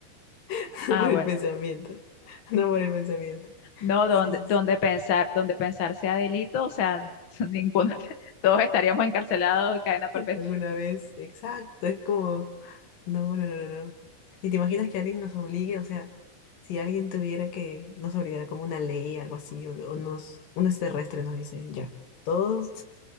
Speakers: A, on the left (about 55°); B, on the left (about 80°).
A: <laughs>
B: Ah,
A: por el
B: bueno.
A: pensamiento, no por el pensamiento.
B: No,
A: Sí,
B: donde,
A: sí,
B: donde
A: sí.
B: pensar, donde pensar sea delito, o sea, <laughs> ninguno, todos estaríamos encarcelados de cadena perpetua.
A: alguna vez. Exacto, es como, no, no, no, no, no. ¿Y te imaginas que alguien nos obligue? O sea, si alguien tuviera que nos obligara como una ley, algo así, o, o nos, un extraterrestre nos dice, ya, todos,